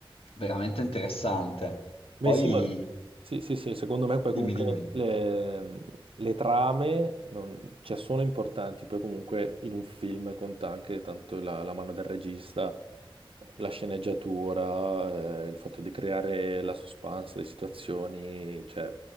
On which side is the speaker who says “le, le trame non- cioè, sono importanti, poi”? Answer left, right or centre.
Right